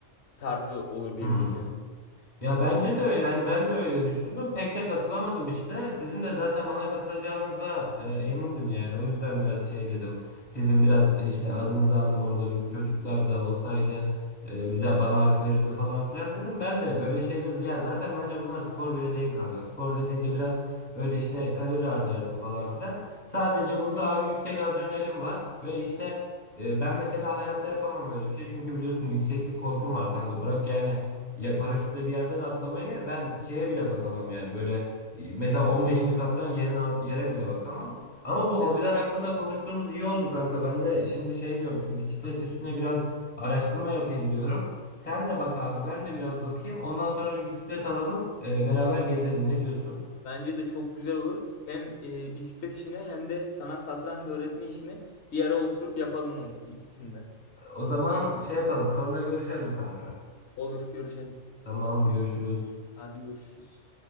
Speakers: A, on the left; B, on the left.
A: tarzı olur diye
B: Hmm.
A: düşünüyordum.
B: Ya bence de öyle. Hani ben de öyle düşündüm. Pek de katılamadım işte. Sizin de zaten bana katılacağınıza e, emindim yani. O yüzden biraz şey dedim. Sizin biraz işte
A: Hı
B: adınızı andım orada. Bizim çocuklar da olsaydı e, bize bana hak verirdi falan filan dedim. Ben de böyle şeyler ya zaten bence bunlar spor bile değil kanka. Spor dediğinde biraz böyle işte kalori harcarsın falan filan. Sadece bunda abi yüksek adrenalin var ve işte e, ben mesela hayatta yapamam böyle bir şey. Çünkü biliyorsun yükseklik korkum var kanka. Bırak yani ya paraşütle bir yerden atlamayı ben şeye bile bakamam yani. Böyle e, mesela 15. kattan yerin alt yere bile bakamam. Ama bu
A: hı.
B: hobiler hakkında konuştuğumuz iyi oldu kanka. Ben de şimdi şey diyorum şu bisiklet üstüne biraz araştırma yapayım diyorum. Sen de bak abi ben de biraz bakayım. Ondan sonra bir bisiklet alalım e, beraber gezelim ne diyorsun?
A: Bence de çok güzel olur. Hem e, bisiklet işini hem de sana satranç öğretme işini bir ara oturup yapalım o ikisini de.
B: O zaman şey yapalım sonra görüşelim kanka.
A: Olur, görüşelim.
B: Tamam görüşürüz.
A: Hadi görüşürüz.